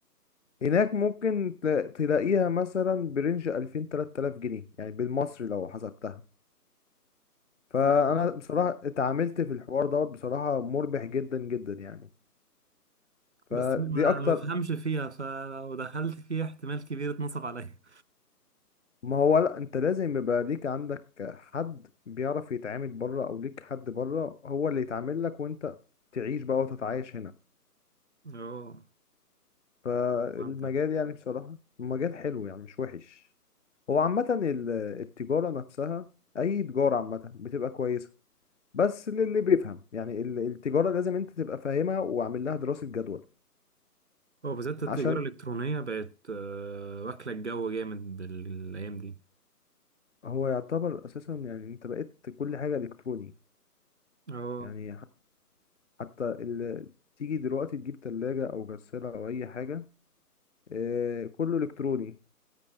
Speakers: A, on the left; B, on the right.
A: هناك ممكن تلا- تلاقيها مثلا برينج ألفين تلات آلاف جنيه يعني بالمصري لو حسبتها فأنا
B: طيب.
A: بصراحة اتعاملت في الحوار دوت بصراحة مربح جدا جدا يعني فدي
B: بس ما
A: أكتر
B: ما بفهمش فيها فلو دخلت فيها احتمال كبير اتنصب عليا
A: ما هو لأ أنت لازم يبقى ليك عندك حد بيعرف يتعامل بره أو ليك حد بره هو اللي يتعامل لك وأنت تعيش بقى وتتعايش هنا
B: اه
A: فالمجال
B: فهمتك
A: يعني بصراحة مجال حلو يعني مش وحش هو عامة ال- التجارة نفسها أي تجارة عامة بتبقى كويسة بس للي بيفهم يعني ال- التجارة لازم أنت تبقى فاهمها وعامل لها دراسة جدول
B: هو بالذات التجارة
A: عشان
B: الإلكترونية بقت آه، واكلة الجو جامد ال- الأيام دي
A: هو يعتبر أساسا يعني أنت بقيت كل حاجة إلكتروني
B: اه
A: يعني ح- حتى ال... تيجي دلوقتي تجيب تلاجة أو غسالة أو أي حاجة آه، كله إلكتروني